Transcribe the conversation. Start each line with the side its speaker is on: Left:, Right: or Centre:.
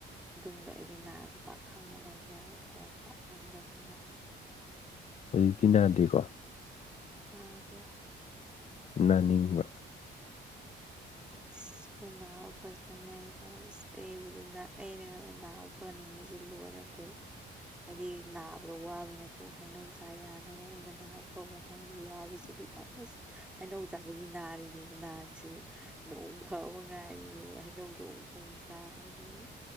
Centre: ꯑꯗꯨꯗꯣ ꯑꯩꯗꯤ ꯅꯥꯔꯁꯨ ꯄꯥꯛ ꯈꯪꯕ ꯉꯝ ꯉꯝꯗꯦꯕ ꯈꯣꯟ ꯄꯥꯜ ꯑꯣꯟꯗꯅꯤꯅ
Left: ꯍꯧꯖꯤꯛꯇꯤ ꯅꯥꯗꯦꯀꯣ
Centre: ꯅꯥꯗꯦꯗ
Left: ꯅꯥꯅꯤꯡꯕ
Centre: ꯁ꯭ꯀ ꯅꯥꯕ ꯐꯔꯛꯇ ꯉꯥꯏꯔꯤ <unintelligible> ꯑꯩꯕꯨꯗꯤ ꯑꯩꯅ ꯅꯥꯕ ꯐꯍꯅꯤꯡꯉꯁꯦ ꯂꯣꯏꯔꯦ ꯑꯃꯨꯛꯇꯣꯏꯕ ꯍꯥꯏꯗꯤ ꯅꯥꯕꯗꯣ ꯋꯥꯕꯩ ꯅꯠꯇ꯭ꯔꯕ ꯍꯩꯅꯎ ꯆꯥꯏ ꯌꯥꯅꯕ ꯑꯩꯅ ꯉꯍꯥꯛ ꯐꯕꯕꯝ ꯋꯥꯕꯁꯤꯗꯤ ꯋꯥꯕꯁꯤꯗꯤ ꯍꯩꯅꯧ ꯆꯥꯕꯒꯤ ꯅꯥꯔꯤꯅꯦ ꯅꯤꯔꯤꯁꯤꯁꯨ ꯑꯗꯨꯛ ꯐꯕ ꯉꯥꯏꯔꯤꯅꯦꯕ ꯍꯩꯅꯧꯗꯣ ꯑꯃꯨꯛ ꯆꯥꯅꯕꯅꯦ